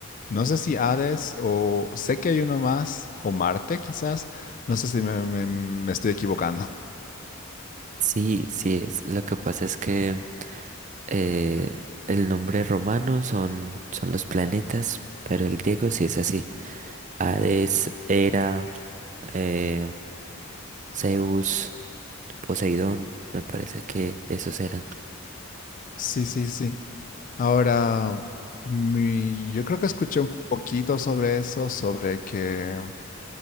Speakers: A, on the left; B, on the right.
A: no sé si Hades o sé que hay uno más, o Marte quizás, no sé si me, me- me estoy equivocando. <laughs>
B: Sí, sí, es- lo que pasa es que eh, el nombre romano son, son los planetas, pero el griego sí es así. Hades, Hera, eh, Zeus, Poseidón, me parece que esos eran.
A: Sí, sí, sí. Ahora, mi- yo creo que escuché un poquito sobre eso, sobre que